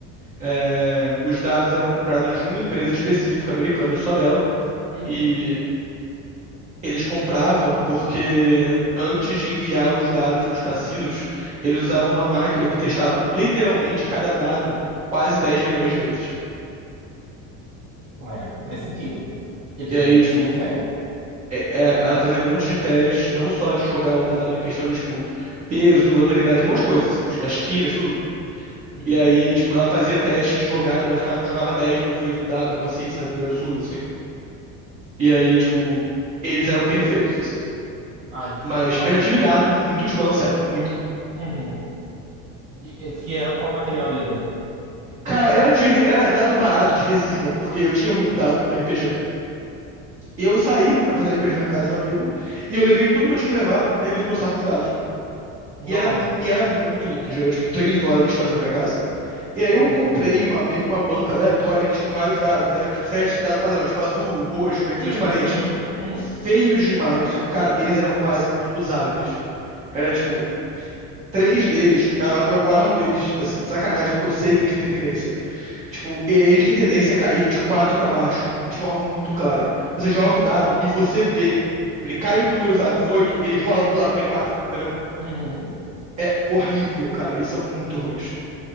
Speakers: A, on the right; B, on the right.
A: é, os dados eram comprados de uma empresa específica americana, só dela,
B: uhum.
A: e eles compravam porque antes de enviar os dados para os cassinos, eles usavam uma máquina que testava literalmente cada dado quase 10 milhões de vezes.
B: É, faz sentido. Que Eles
A: E aí,
B: tinham que
A: tipo,
B: ser fé.
A: é- é- ela fazia um monte de teste, não só de jogar o dado em questão de, tipo, peso, laminaridade, um monte de coisa, assim, as quinas, tudo.
B: Uhum.
A: E aí, tipo, ela fazia teste de jogada, eu acho que ela jogava 10 mil vezes o dado, algo assim, sabe? Meio absurdo, assim. E aí, tipo, eles eram perfeitos, assim.
B: Ai,
A: Mas
B: nossa.
A: eu já tive dado muito desbalanceado, muito.
B: Uhum. Que é- que era qual o material dele?
A: Cara, era de, era dado barato de resina, porque eu tinha muito
B: Uhum.
A: dado de RPG. E eu saí pra fazer RPG na casa de um amigo, e eu levei tudo que eu tinha que levar, menos o meu saco de dados.
B: Nossa.
A: E era, e era muito longe, era tipo três horas de distância da minha casa. E aí
B: Uhum.
A: eu encontrei uma, meio que uma banca aleatória que tinha vários dados. Era tipo, sete dados padrão, tipo azul, roxo, meio que
B: Sim,
A: transparente.
B: sim. Uhum.
A: Feios demais. Só que, cara, eles eram quase inusáveis. Era tipo, três deles, ah, eu guardo eles assim, de sacanagem, porque eu sei que eles têm tendência. Tipo, e- eles têm tendência a cair de quatro pra baixo, de forma muito clara. Você joga o dado e você vê. Tipo, ele cai no número, sei lá, 18, ele rola pro lado e cai quatro entendeu?
B: Uhum.
A: é horrível, cara. Eles são muito ruins.